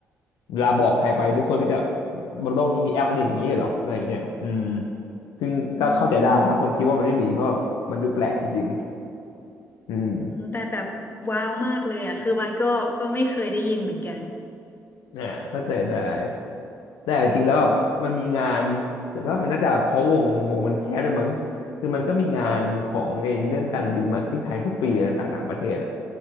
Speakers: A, on the left (about 65°); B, on the left (about 25°).
A: เวลาบอกใครไปทุกคนก็จะบนโลกนี้มีแอปอะไรอย่างนี้เหรออะไรอย่างเงี้ยอืม ซึ่งก็เข้าใจได้ถ้าคนคิดว่ามันไม่มีเพราะแบบมันดูแปลกจริง
B: อืม
A: ๆอืม
B: อืมแต่แบบว้าวมากเลยอ่ะคือมันก็ก็ไม่เคยได้ยินเหมือนกัน
A: อ่าเข้าใจได้แต่จริงๆแล้วแบบมันมีงานแต่ก็มันน่าจะเพราะวงวงมันแคบด้วยมั้งคือมันก็มีงานของไอ้เรื่องการบินมาที่ไทยทุกปีนะต่างๆประเทศอะ